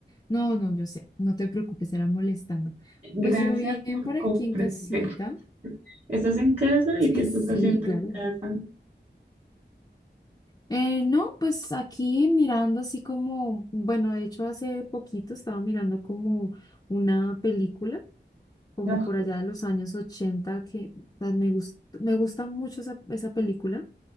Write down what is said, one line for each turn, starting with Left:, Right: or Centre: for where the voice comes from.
Left: No, no, yo sé, no te preocupes, era molestando.
Right: Gracias
Left: Pues yo bien
Right: por
Left: por
Right: comprender.
Left: aquí en casita.
Right: ¿Estás en casa
Left: <laughs>
Right: y qué estás
Left: Sí,
Right: haciendo
Left: claro.
Right: en casa?
Left: Eh, no, pues aquí mirando así como, bueno, de hecho hace poquito estaba mirando como una película. como
Right: No.
Left: por allá de los años ochenta que ah, me gust- me gusta mucho esa, esa película.